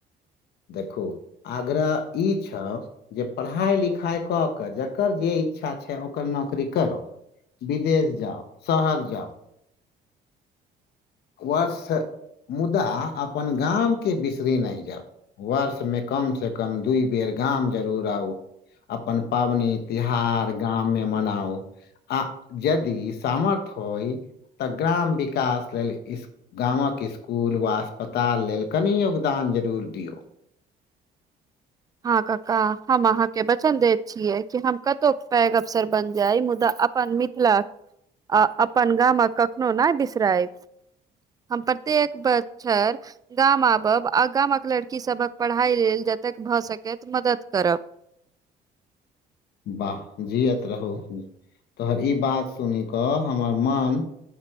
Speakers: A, on the left (about 70°); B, on the right (about 20°).
A: देखु आग्रह इ छः जे पढ़ाई लिखाई कऽ कऽ जकर जे इच्छा छैय ओकर नौकरी करोै। विदेश जाउ - शहर जाउ वर्ष मुदा अपन गाम के बिसरि नहि जाउ वर्ष मे कम से कम दूइ बेर गाम जरूर आउ अपन पाबनि तिहार गाम में मनाउ आ जदी सामर्थ्य होइ तऽ ग्राम विकास लेल इस गामक स्कूल वा अस्पताल लेल कनि योगदान जरूर दियौ।
B: हँ कक्का हम अहाँके बचन देत छियै कि हम कतोै पैघ अफसर बन जाइब मुदा अपन मिथिला आ अपन गामक कखनो नई बिसराईब। हम प्रत्येक बचछर गाम आबब आ गामक लड़की सभक पढ़ाइ लेल जतैक भऽ सकैत मदद करब
A: वाह जियत रहूँ तोहर ई बात सुनि कऽ हमर मन